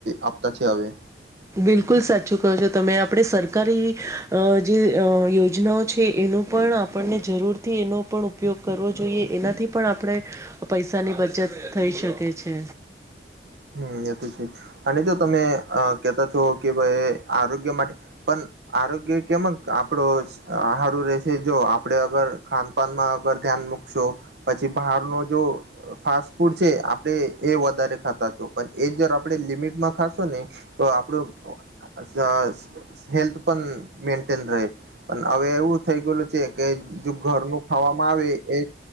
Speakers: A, on the right; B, on the right.
A: આપતા છે હવે
B: બિલકુલ સાચું કહો છો તમે આપડે સરકારી અ જે યોજનાઓ છે એ નું પણ આપણને જરૂરથી એનો પણ ઉપયોગ કરવો જોઈએ એનાથી પણ આપણે પૈસાની બધ ચત થઈ શકે છે.
A: હમ એ તો છે અને જો તમે અ કેતા તો કે ભઈ આરોગ્ય માટે પણ આરોગ્ય કેમ આપડો આ હારું રેશે જો આપડે અગર ખાનપાનમાં અગર ધ્યાન મુકશો પછી બહાર નું જો ફાસ્ટ ફૂડ છે આપડે એ વધારે ખાતા છો પણ એ જ પડે લિમિટમાં ખાશો ને તો આપડું અ હેલ્થ પણ મેન્ટેન રહે પણ હવે એવું થઈ ગયેલું છે કે જો ઘરનું ખાવામાં આવે એ